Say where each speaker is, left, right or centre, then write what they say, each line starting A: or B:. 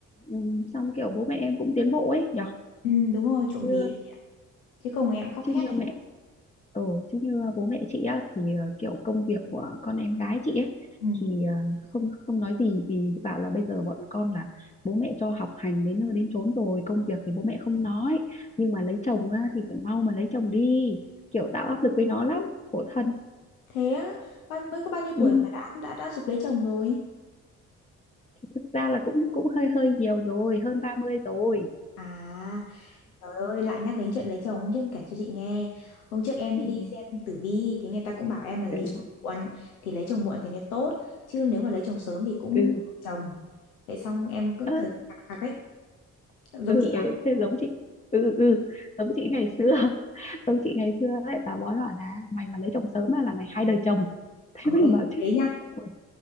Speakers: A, on the left; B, on the left.
A: ừ. xong kiểu bố mẹ em cũng tiến bộ ấy nhở
B: ừ, đúng rồi trộm
A: chứ
B: vía đấy chị ạ. chứ không em khóc
A: chứ
B: thét
A: như
B: đấy
A: mẹ ừ, chứ như bố mẹ chị á thì ờ, kiểu công việc của con em gái chị ấy
B: ừ.
A: thì ờ, không không nói gì vì bảo là bây giờ bọn con là bố mẹ cho học hành đến nơi đến chốn rồi công việc thì bố mẹ không nói nhưng mà lấy chồng á, thì phải mau mà lấy chồng đi kiểu tạo áp lực với nó lắm khổ thân
B: thế á, bao mới có bao nhiêu
A: ừ.
B: tuổi mà đã đã đã giục lấy chồng rồi
A: thì thực ra là cũng cũng hơi hơi nhiều rồi hơn 30 rồi
B: à Trời ơi, lại nhắc đến chuyện lấy chồng hôm trước em kể cho chị nghe. Hôm trước em
A: ừ.
B: mới đi xem tử vi thì người ta cũng bảo em là lấy
A: ừ
B: chồng muộn thì lấy chồng muộn thì nó tốt, chứ nếu mà lấy chồng sớm thì cũng
A: ừ
B: chồng. Vậy xong em cứ
A: Ơ,
B: cười cặc cặc ấy, giống
A: ừ
B: chị
A: ừ
B: à?
A: thế giống chị ừ ừ ừ, giống chị ngày xưa <laughs> giống chị ngày xưa ấy bà bói bảo là mày mà lấy chồng sớm á là mày hai đời chồng <laughs> thế
B: Ồ
A: mình
B: em
A: bảo chứ
B: thế nha.
A: "Ui,